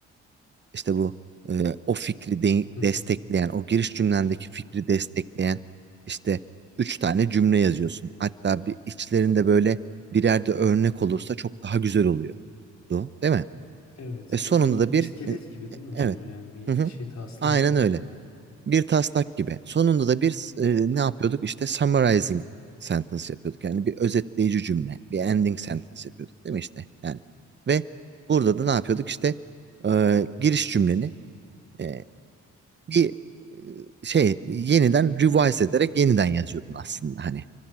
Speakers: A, on the right; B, on the left.
A: İşte bu e, o fikri de-
B: hı hı.
A: destekleyen, o giriş cümlendeki fikri destekleyen işte üç tane cümle yazıyorsun. Hatta bir içlerinde böyle birer de örnek olursa çok daha güzel oluyor. Değil mi?
B: Evet.
A: E, sonunda
B: Yani
A: da bir
B: iskelet
A: e,
B: gibi değil
A: e,
B: mi hocam?
A: evet.
B: O yani bir
A: Hı hı.
B: şey taslak
A: Aynen
B: gibi
A: öyle.
B: yani.
A: Bir taslak gibi. Sonunda da bir e, ne yapıyorduk? İşte summarizing sentence yapıyorduk. Yani bir özetleyici cümle, bir ending sentence yapıyorduk değil mi işte? Yani ve burada da ne yapıyorduk? İşte e, giriş cümleni e, bir e, şey yeniden revise ederek yeniden yazıyordun aslında hani.